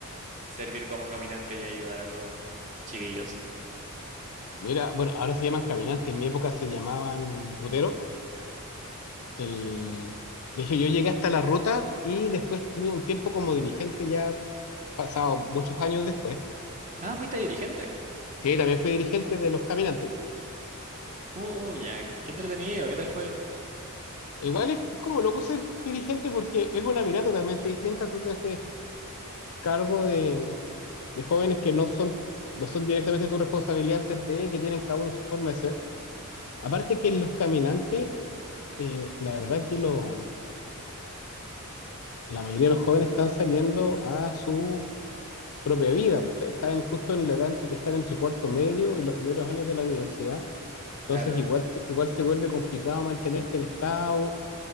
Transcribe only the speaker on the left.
Mira, bueno, ahora se llaman caminantes, en mi época se llamaban ruteros. El... De hecho, yo llegué hasta la ruta y después tuve un tiempo como dirigente ya pasado muchos años después.
Sí, también fui dirigente de los caminantes.
Igual es, es como loco ser dirigente porque es una mirada totalmente distinta. Tú te haces cargo de, de jóvenes que no son, no son directamente tu responsabilidad antes de que tienen cada uno su forma de ser. Aparte que los caminantes, eh, la verdad que lo, la mayoría de los jóvenes están saliendo a su propia vida. pues, Están justo en la edad entre que están entre cuarto medio y los primeros años de la universidad.
Entonces igual, se- igual se vuelve complicado mantenerse en scout,